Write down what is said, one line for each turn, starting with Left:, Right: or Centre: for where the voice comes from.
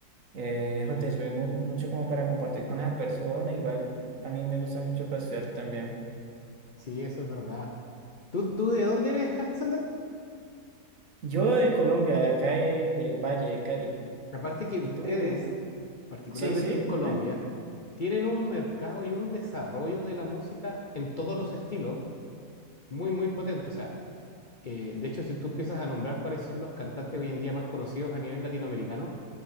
Right: eh, jo, te sirve mu- mucho como para compartir con esa persona. Igual a mí me gusta mucho para estudiar también.
Left: Sí, eso es verdad. ¿Tú, tú de dónde eres, Alexander?
Right: Yo de Colombia, de acá de- del Valle de Cali.
Left: Aparte que
Right: ¿Y
Left: ustedes,
Right: tú?
Left: particularmente
Right: Sí, sí,
Left: en Colombia,
Right: dime.
Left: tienen un mercado y un desarrollo de la música en todos los estilos muy, muy potente. O sea, eh, de hecho, si tú empiezas a nombrar cuáles son los cantantes hoy en día más conocidos a nivel latinoamericano,